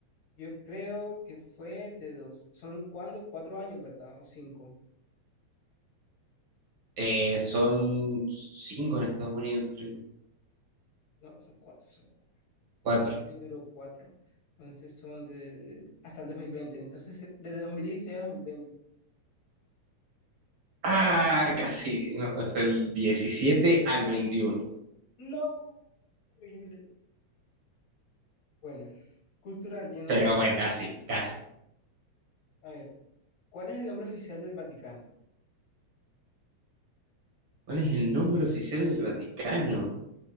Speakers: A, on the left; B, on the right.
A: Yo creo que fue de dos. ¿Son cuándo? Cuatro años, ¿verdad? O cinco.
B: Eh, son cinco en Estados Unidos, creo.
A: No, son cuatro, son cuatro.
B: Cuatro.
A: Joe Biden duró cuatro. Entonces son de hasta el dos mil veinte. Entonces, eh, desde 2016 a 2020.
B: Ah, casi. No, es del 17 al 21.
A: No, terrible. Bueno, cultural general.
B: Pero bueno, casi, casi.
A: A ver, ¿cuál es el nombre oficial del Vaticano?
B: ¿Cuál es el nombre oficial del Vaticano?